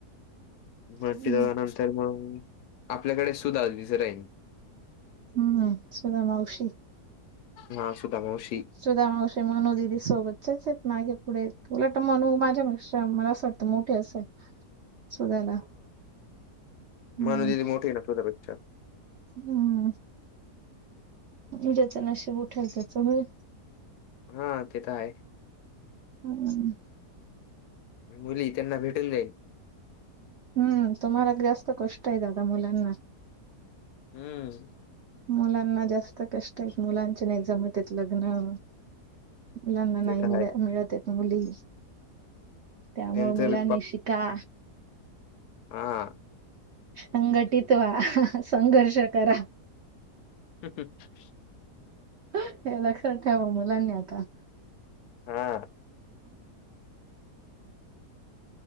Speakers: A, on the left; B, on the right.
A: मटठी
B: हम्म
A: दनंतर मग आपल्याकडे सुध रविच राहीली.
B: हम्म हम सुगा मावशी.
A: हा सुधा मवशी
B: सुधा मावशी मनू दिदी सोबतच्याचेत मागे पुढे उलट मनू माझ्या मिस्त्रान मला अस वाटत मोठे असं सुधाला हम्म
A: मणू दिदी मोठी आहे ना तुझ्या पेक्षा
B: हम्म ज्याच नशब उठेल त्याच होईल
A: हा ते तर आहे
B: हम्
A: मुली त्यांना भेटून जाईल
B: हम्म तुम्हाला जास्त कष्ट आहे दादा मुलांना
A: हम्म
B: मुलांना जास्त कष्ट आहेत मुलांचे नाही जमतेत लग्न. लग्न
A: ते
B: नाही
A: तर
B: मिळ
A: आहे.
B: मिळतेत ना मुली त्यामुळे
A: त्यांचा
B: मुलांनी
A: बी
B: शिका.
A: हा
B: संघटित व्हा संघर्ष करा.
A: ककत
B: हे लक्षात ठेवा मुलांनी आता
A: हा